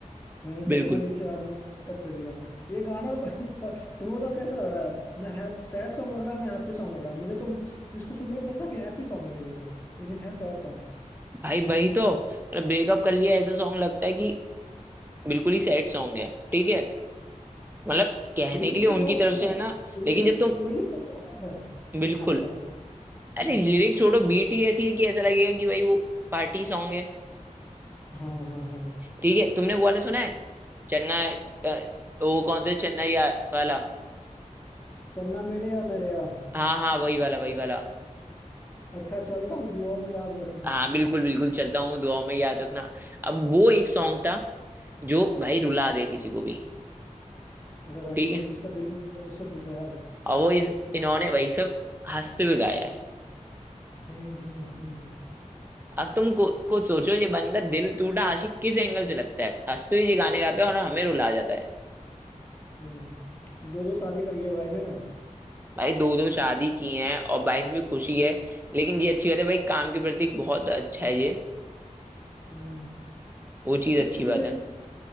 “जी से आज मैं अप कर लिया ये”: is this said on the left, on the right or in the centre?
Left